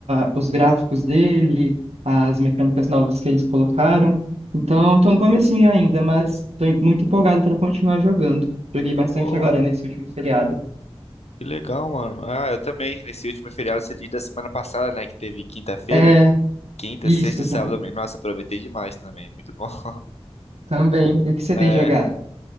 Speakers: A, on the right; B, on the left.
A: ah, os gráficos dele, as mecânicas novas que eles colocaram. Então eu tô no comecinho ainda, mas tô em- muito empolgado para continuar jogando. Joguei bastante
B: Pô.
A: agora nesse último feriado.
B: Que legal, mano. Ah, eu também. Nesse último feriado cedido da semana passada, né? Que teve quinta-feira.
A: É,
B: Quinta,
A: isso,
B: sexta,
A: <laughs>
B: sábado, domingo. Nossa, aproveitei demais também. Muito bom. <laughs>
A: também. O que você
B: É.
A: tem jogado?